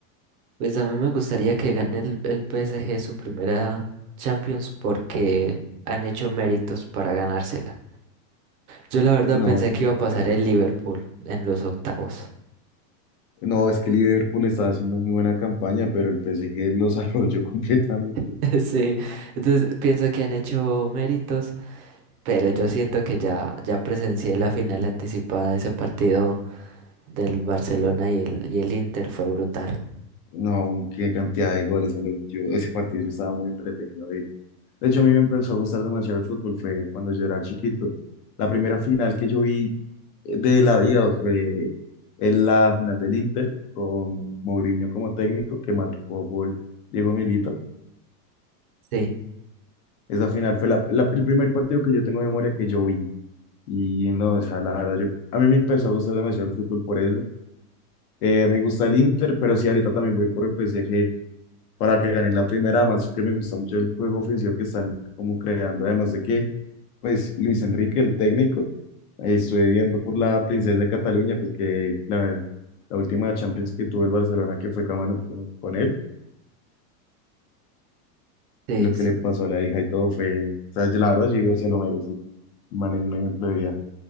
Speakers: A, on the right; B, on the left.
A: Pues a mí me gustaría que gane el, el PSG su primera Champions porque han hecho méritos para ganársela. Yo la verdad
B: No,
A: pensé que iba a pasar
B: claro.
A: el Liverpool en los octavos.
B: No, es que Liverpool está haciendo muy buena campaña, pero el PSG los arrolló <laughs> completamente.
A: <laughs> Sí, entonces pienso que han hecho méritos, pero yo siento que ya, ya presencié la final anticipada de ese partido del Barcelona y el, y el Inter, fue brutal.
B: No, qué cantidad de goles salieron. Yo, ese partido yo estaba muy entretenido. De de hecho, a mí me empezó a gustar demasiado el fútbol, fue cuando yo era chiquito. La primera final que yo vi de la vida fue en la final del Inter con Mourinho como técnico que marcó gol Diego Milito.
A: Sí,
B: Esa final fue la, la- el primer partido que yo tengo en memoria que yo vi. Y no, o sea, la verdad, yo, a mí me empezó a gustar demasiado el fútbol por eso. Eh, me gusta el Inter, pero sí, ahorita también voy por el PSG para que ganen la primera, más que me gusta mucho el juego ofensivo que están como creando, además de que pues Luis Enrique, el técnico, eh, estuve viendo por la Princesa de Cataluña, pues que la, la última Champions que tuvo el Barcelona, que fue mano con, con él,
A: sí,
B: y lo
A: sí,
B: que le pasó a la hija y todo fue, o sea, yo la verdad, yo digo, se lo merece, el man es un ejemplo de vida.